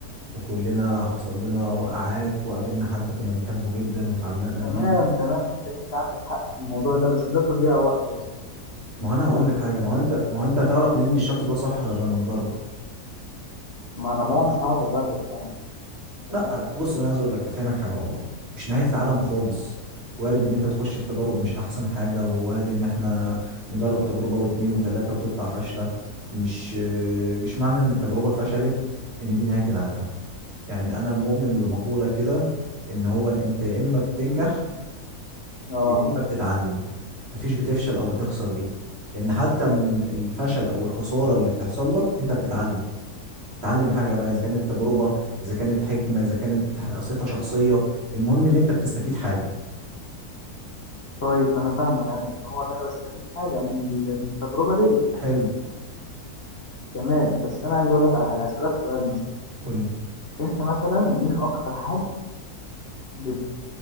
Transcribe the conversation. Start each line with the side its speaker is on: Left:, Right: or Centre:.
Right: وكلنا حصل لنا وقعات وقابلنا حد كنا بنحبه جدا وتعلقنا
Left: تمام
Right: بيه
Left: تمام انت انت عندك حق في الموضوع ده بس ده تضييع وقت يا اسطى
Right: ما هو انا
Left: فاهم
Right: هقول لك حاجه
Left: تضييع
Right: ما هو انت ما هو انت هتعرف منين ان الشخص ده صح غير لما تجرب
Left: ما انا بقى مش هقعد اجرب فاهم فاهم
Right: لا بص انا عايز اقول لك افهمك حاجه والله مش نهايه العالم خالص وارد ان انت تخش في تجارب مش احسن حاجه ووارد ان احنا نجرب تجربه واتنين وتلاته وتطلع فاشله مش مش معنى ان التجربه فشلت ان دي نهايه العالم يعني انا مؤمن بمقوله كده ان هو انت يا اما بتنجح
Left: اه
Right: يا اما بتتعلم مفيش بتفشل او بتخسر دي لان حتى من الفشل او الخساره اللي بتحصل لك انت بتتعلم تتعلم حاجة بقى إذا كانت تجربة إذا كانت حكمة إذا كانت صفة شخصية المهم إن أنت بتستفيد حاجة
Left: طيب ما انا فاهمك يعني ان هو ان انا بستفيد حاجه من ال- من التجربه ديت
Right: حلو
Left: تمام بس انا عايز اقول لك على حاجه اسالك سؤال مثلا
Right: قول لي
Left: انت مثلا مين اكتر حد بت...